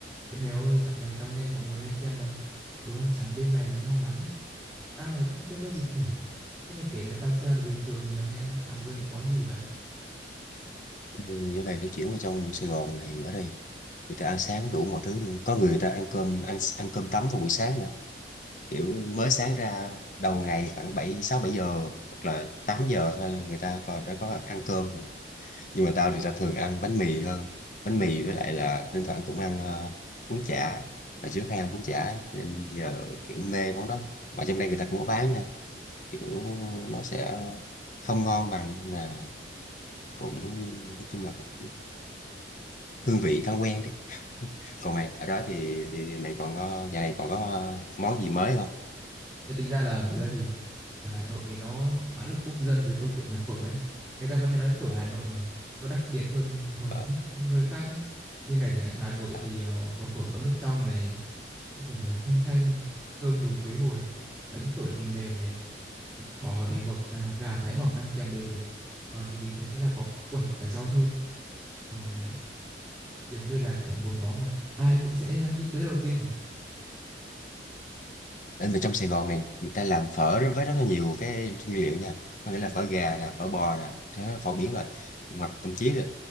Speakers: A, in the centre; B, on the left.
A: Ê mày ơi, dạo này tao nghe mọi người hay khen là đồ ăn sáng bên mày nó ngon lắm ấy. Tao thì cũng chưa có dịp thử. Thế mày kể mày tao xem là bình thường thì mày hay ăn sáng với những món gì vậy?
B: Ừ, Giờ này tôi chuyển vào trong Sài Gòn này ở đây người ta ăn sáng đủ mọi thứ luôn có người người ta ăn cơm ăn ăn cơm tấm vào buổi sáng nữa kiểu mới sáng ra đầu ngày khoảng bảy sáu bảy giờ hoặc là 8 giờ thôi là người ta còn đã có ăn cơm rồi nhưng mà tao thì tao thường ăn bánh mì hơn bánh mì với lại là thỉnh thoảng cũng ăn ờ, bún chả hồi trước hay ăn bún chả ấy, nên giờ kiểu mê món đó mà trong đây người ta cũng có bán nha kiểu nó sẽ không ngon bằng nhưng mà cũng nói chung là cũng hương vị thói quen đấy còn mày ở đó thì thì, thì mày còn có giờ này còn có ờ, món gì mới không
A: Ê, tính ra là thực ra thì ở Hà Nội thì nó khá là quốc dân về câu chuyện là phở ấy. Người ta vẫn hay nói phở Hà Nội mà nó đặc biệt hơn hầu
B: Ờ,
A: hết các nơi khác ấy. Như này chẳng hạn Hà Nội
B: à,
A: thì ờ, có phở có nước trong này, có thể là thanh thanh, thơm mùi quế hồi, bánh phở thì mềm này, thịt bò thì hoặc là gà thái mỏng ăn kèm đều được. Còn thì bình thường sẽ là có quẩy và rau thơm. Ờ đấy, gần như là kiểu một món mà ai cũng sẽ nghĩ tới đầu tiên chẳng hạn.
B: Anh về trong Sài Gòn này người ta làm phở rất- với rất là nhiều cái nguyên liệu nha có thể là phở gà nè phở bò nè thế là phở biển rồi hoặc thậm chí là